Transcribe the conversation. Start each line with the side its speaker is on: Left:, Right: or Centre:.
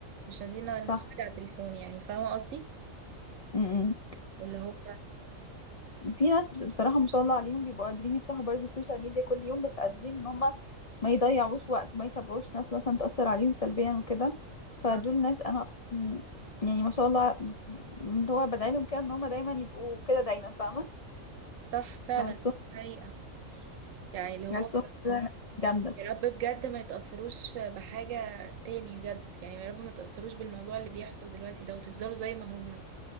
Right: مش عايزين نقعد نتفرج
Left: صح
Right: على التليفون يعني فاهمه قصدي
Left: م-م.
Right: اللي هو
Left: في ناس بص- بصراحة ما شاء الله عليهم بيبقوا قادرين يفتحوا برضه السوشيال ميديا كل يوم بس قادرين ان هم ما يضيعوش وقت ما يتابعوش ناس مثلا تأثر عليهم سلبيا وكده فدول
Right: آه،
Left: ناس انا أصلاً يعني ما شاء الله م- اللي هو بدعي لهم كده ان هم دايما يبقوا كده دايما فاهمة
Right: صح فعلا
Left: بحسهم
Right: حقيقة يعني اللي هو
Left: بحسهم كده ناس جامدة
Right: يا رب بجد ما يتأثروش بحاجة تاني بجد يعني يا رب ما يتأثروش بالموضوع اللي بيحصل دلوقتي ده وتفضلوا زي ما هما